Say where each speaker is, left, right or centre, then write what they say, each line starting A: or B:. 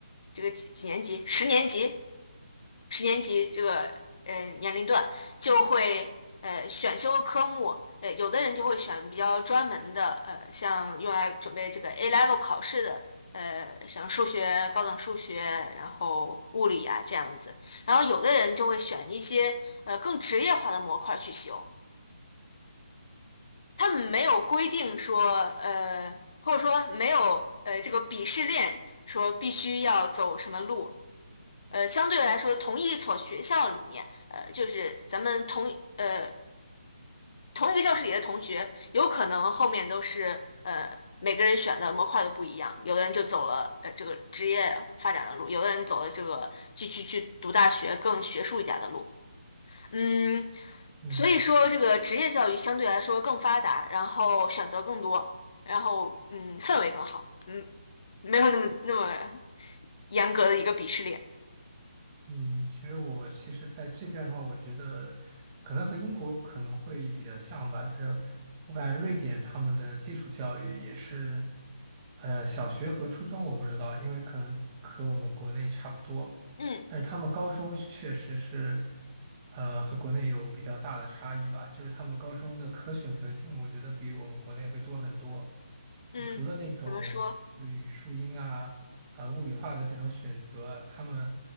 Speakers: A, on the left (about 50°); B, on the right (about 20°).
A: 这个几几年级十年级十年级这个呃年龄段就会呃选修科目，呃有的人就会选比较专门的，呃像用来准备这个 A level 考试的，呃像数学、高等数学，然后物理啊这样子，然后有的人就会选一些呃更职业化的模块去修，他们没有规定说呃或者说没有呃这个鄙视链说必须要走什么路。呃，相对来说，同一所学校里面，呃，就是咱们同一呃同一个教室里的同学，有可能后面都是呃每个人选的模块都不一样，有的人就走了呃这个职业发展的路，有的人走了这个继续去读大学更学术一点的路，嗯，
B: 嗯。
A: 所以说这个职业教育相对来说更发达，然后选择更多，然后嗯氛围更好，没有那么那么严格的一个鄙视链，
B: 嗯，其实我其实在这边的话，我觉得可能和英国可能会比较像吧，就是我感觉瑞典他们的基础教育也是，呃，小学和初中我不知道，因为可能和我们国内差不多，
A: 嗯
B: 但是他们高中确实是，呃，和国内有比较大的差异吧，就是他们高中的可选择性，我觉得比我们国内会多很多，就除了那种就语数英啊。
A: 嗯，怎么说？
B: 呃物理化的这种选择，他们